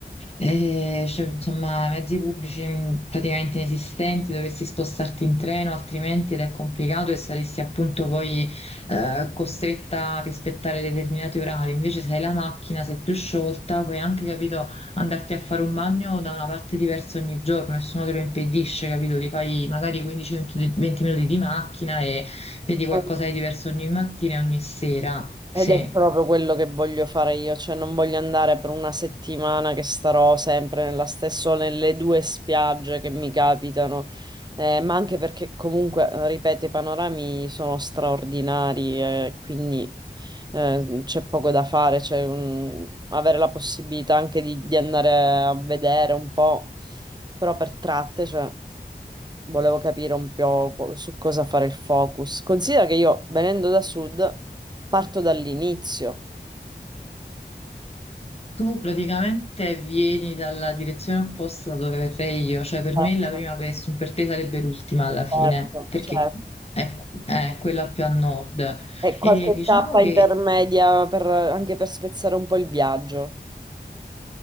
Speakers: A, on the left; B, on the right.
A: eh, cioè, insomma, mezzi pubblici mh, praticamente inesistenti, dovresti spostarti in treno, altrimenti ed è complicato e saresti appunto poi, eh, costretta a rispettare determinati orari. Invece, se hai la macchina, sei più sciolta, puoi anche, capito, andarti a fare un bagno da una parte diversa ogni giorno, nessuno te lo impedisce, capito? Ti fai magari 15-20 minuti di macchina e Vedi qualcosa
B: Eh,
A: di diverso ogni mattina e ogni sera. Sì.
B: Ed è proprio quello che voglio fare io, cioè non voglio andare per una settimana che starò sempre nella stessa, o nelle due spiagge che mi capitano, eh, ma anche perché comunque, eh, ripeto, i panorami sono straordinari, eh, quindi eh, c'è poco da fare, cioè, mm, avere la possibilità anche di, di andare a vedere un po', però per tratte, cioè, volevo capire un po' co- su cosa fare il focus. Considera che io, venendo da sud, parto dall'inizio.
A: Tu praticamente vieni dalla direzione opposta da dove verrei io, cioè per
B: Certo,
A: me la prima pestum per te sarebbe l'ultima alla fine,
B: certo,
A: perché
B: certo.
A: è, è quella più a nord.
B: E qualche
A: E diciamo
B: tappa
A: che
B: intermedia per- anche per spezzare un po' il viaggio.